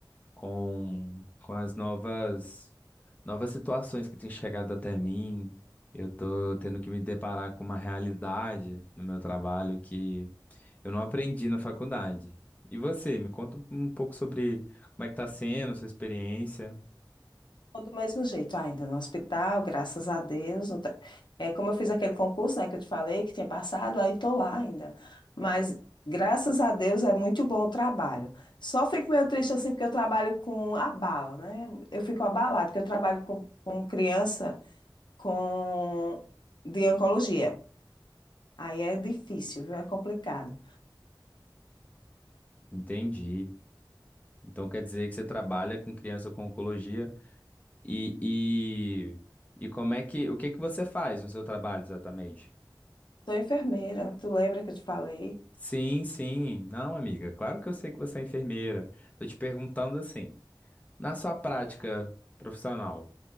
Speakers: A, on the left (about 20°); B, on the left (about 65°).
A: Com, com as novas, novas situações que têm chegado até mim. Eu tô tendo que me deparar com uma realidade no meu trabalho que eu não aprendi na faculdade. E você, me conta um pouco sobre como é que tá sendo a sua experiência.
B: Tô do mesmo jeito, ainda no hospital, graças a Deus. não tá- É, como eu fiz aquele concurso, né, que eu te falei que tinha passado, aí estou lá ainda. Mas graças a Deus é muito bom o trabalho. Só fico meio triste assim porque eu trabalho com a bala, né? Eu fico abalada porque eu trabalho com, com criança com de oncologia. Aí é difícil, viu? É complicado.
A: Entendi. Então quer dizer que você trabalha com criança com oncologia e, e, e como é que, o que que você faz no seu trabalho exatamente?
B: Sou enfermeira, tu lembra que eu te falei?
A: Sim, sim. Não, amiga, claro que eu sei que você é enfermeira. Tô te perguntando assim, na sua prática profissional,